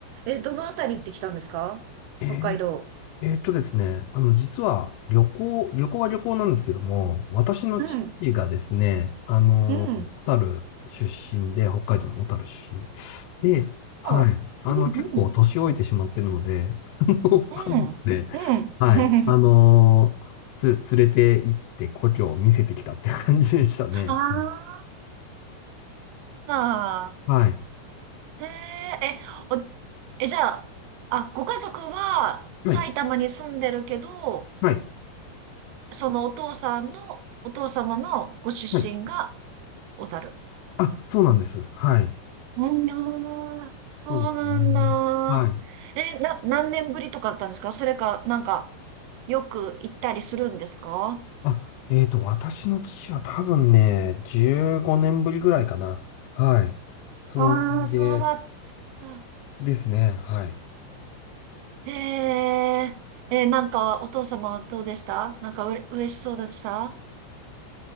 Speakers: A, on the right; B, on the left.
A: え、どのあたり行ってきたんですか北海道。
B: えーえーっとですね、あの、実は旅行、旅行は旅行なんですけども、私の父がですね、
A: うん、
B: あの、
A: うん。
B: 小樽出身で、北海道の小樽出身で、はい、
A: お、
B: あの、
A: うん、
B: 結構年老いてしまってるので、
A: うん。
B: <laughs> あの、
A: うん。
B: 家族で、
A: うん。
B: はい、
A: <laughs>
B: あの、つ、連れて行って故郷を見せてきたっていう感じでしたね。
A: ああ、
B: うん
A: そっか。
B: はい、
A: へえ、え、お、え、じゃあ、あ、ご家族は埼玉に住んでるけど、
B: はい、はい、
A: そのお父さんの、お父様のご出身が
B: はい。
A: 小樽。
B: あ、そうなんです。はい、
A: うん、あーそうなんだ。
B: そうですね。はい。
A: え、な、何年ぶりとかだったんですかそれか、なんか、よく行ったりするんですか
B: あ、えっと、私の父は多分ね、15年ぶりぐらいかな。はい。その、
A: ああー、そうだっ
B: で、
A: た。
B: ですね。はい。
A: へえ、えー、なんかお父様はどうでしたなんかうれ、嬉しそうでした